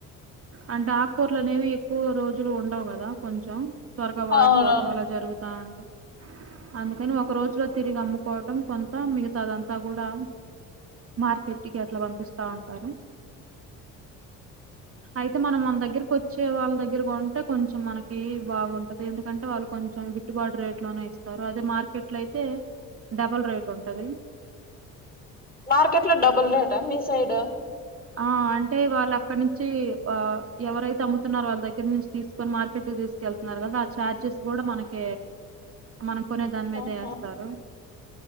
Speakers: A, on the right; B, on the left.
A: అంటే ఆకూరలు అనేవి ఎక్కువ రోజులు ఉండవు కదా కొంచెం త్వరగా వాడిపోవటం
B: అవునవును
A: అలా జరుగుతా ఉంటంది అందుకని ఒక రోజులో తిరిగి అమ్ముకోవటం కొంత మిగతా అదంతా కూడా మార్కెట్ ఇటికి ఎట్లా పంపిస్తా అరు అయితే మనం మన దగ్గరకు వచ్చే వాళ్ళ దగ్గరకు ఉంటే కొంచెం మనకి బాగుంటుంది ఎందుకంటే వాళ్ళు కొంచెం గిట్టుబాటు రేట్లోనే ఇస్తారు అదే మార్కెట్లో అయితే డబల్ రేట్ ఉంటుంది
B: మార్కెట్ లో డబల్ రేట్ా మీ సైడ్
A: ఆ అంటే వాళ్ళు అక్కడ నుంచి ఆ ఎవరైతే అమ్ముతున్నారు వాళ్ళ దగ్గర నుంచి తీసుకొని మార్కెట్కి తీసుకెళ్తున్నారు కదా ఆ చఛార్జెస్ కూడా మనక మన కొనే దాని మీద
B: ఆహా,
A: వేస్తారు